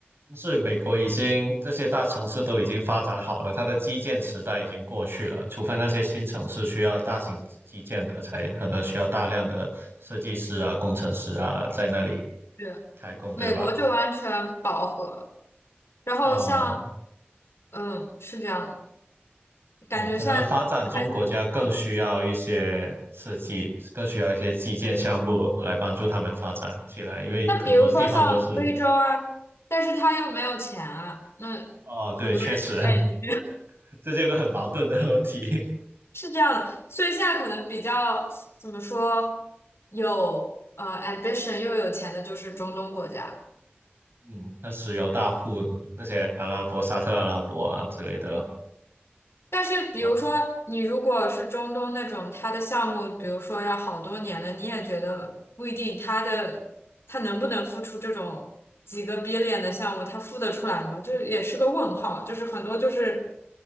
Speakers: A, on the right; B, on the left.
A: 就是美国已经这些大城市都已经发展好了，它的基建时代已经过去了，除非那些新城市需要大型基建的，才可能需要大量的设计师啊、工程师啊在那里
B: 对，
A: 开工，
B: 美国就完全饱和，
A: 对吧？
B: 然后像
A: 哦
B: 嗯是这样的，感觉现在就可能还是。
A: 哦，可能发展中国家更需要一些设计，
B: 嗯。
A: 更需要一些基建项目来帮助他们发展起来，因为很多地方都是，
B: 那比如说像非洲啊，但是他又没有钱啊，那
A: 哦，对，
B: 很多人也不愿意去，
A: 确实，<laughs> 这是一个很矛盾的问题。
B: 是这样的。所以现在可能比较怎么说，有呃 ambition 又有钱的就是中东国家。
A: <laughs> 嗯，那石油大户那些阿拉伯、沙特阿拉伯啊之类的，
B: 但是，比如说，
A: 然后
B: 你如果是中东那种，他的项目，比如说要好多年了，你也觉得不一定，他的他能不能付出这种几个 billion 的项目，他付得出来吗？就是也是个问号，就是很多就是